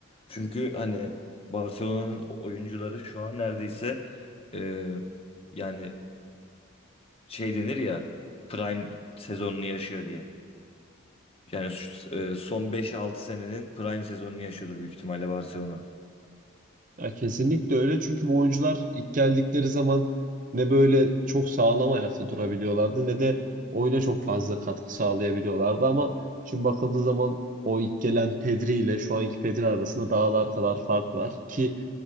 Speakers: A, on the left (about 30°); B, on the right (about 40°).
A: Çünkü hani Barcelona'nın oyuncuları şu an neredeyse e, yani şey denir ya prime sezonunu yaşıyor diye. Yani şu- e, son beş altı senenin prime sezonunu yaşıyordur büyük ihtimalle Barcelona.
B: Ya kesinlikle öyle çünkü bu oyuncular ilk geldikleri zaman ne böyle çok sağlam ayakta durabiliyorlardı ne de oyuna çok fazla katkı sağlayabiliyorlardı ama şimdi bakıldığı zaman o ilk gelen Pedri ile şu anki Pedri arasında dağlar kadar fark var ki